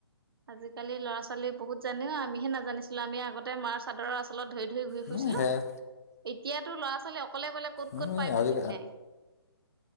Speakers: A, on the right (about 60°); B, on the left (about 35°).
A: আজিকালি ল'ৰা ছোৱালী বহুত জানে অ। আমিহে নাজানিছিলো, আমি আগতে মাৰ চাদৰৰ আচলত ধৰি ধৰি ঘূৰি
B: উম,
A: ফুৰিছিলো
B: সেয়া
A: এতিয়াতো ল'ৰা ছোৱালী অকলে অকলে ক'ত
B: উম,
A: ক'ত পাইগৈ
B: আজি
A: ঠিক নাই।